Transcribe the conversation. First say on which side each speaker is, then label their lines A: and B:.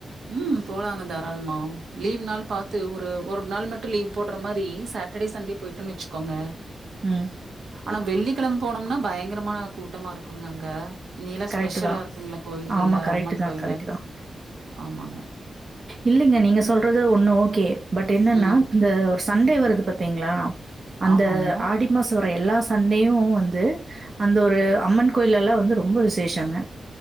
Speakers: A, on the right (about 80°); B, on the right (about 45°).
A: ம் போலாங்க தாராளமா லீவ் நாள் பாத்து ஒரு ஒரு நாள் மட்டு லீவ் போட்ற மாரி சாட்டடே சண்டே போய்ட்டோன் வச்சுக்கோங்க
B: ம்
A: ஆனா வெள்ளிக்கெழம போனோம்னா பயங்கரமான கூட்டமா இருக்குங்க அங்க நீல்லா
B: கரெக்டு
A: ஸ்பெஷலா
B: தான்
A: இருக்கிங்ளா கோயில்கள்ல
B: ஆமாம் கரெக்டு
A: அம்மன்
B: தான்
A: கோயில்ல
B: கரெக்டு தான்
A: ஆமாங்க
B: இல்லைங்க நீங்க சொல்றது ஒன்னு ஓகே பட் என்னன்னா
A: ம்
B: இந்த ஒரு சண்டே வருது பாத்தீங்ளா அந்த
A: ஆமாங்க
B: ஆடி மாச வர எல்லா ச சண்டேயு வந்து அந்த ஒரு அம்மன் கோயில்ல எல்லா வந்து ரொம்ப விசேஷங்க